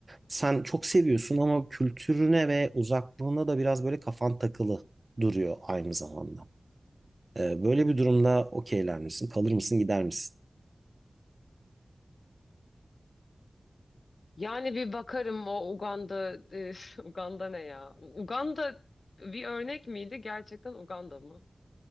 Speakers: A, on the right; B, on the left.
A: sen çok seviyorsun ama kültürüne ve uzaklığına da biraz böyle kafan takılı duruyor aynı zamanda. Ee, böyle bir durumda okeyler misin? Kalır mısın, gider misin?
B: Yani bir bakarım o Uganda, e, <laughs> Uganda ne ya? Uganda bir örnek miydi? Gerçekten Uganda mı?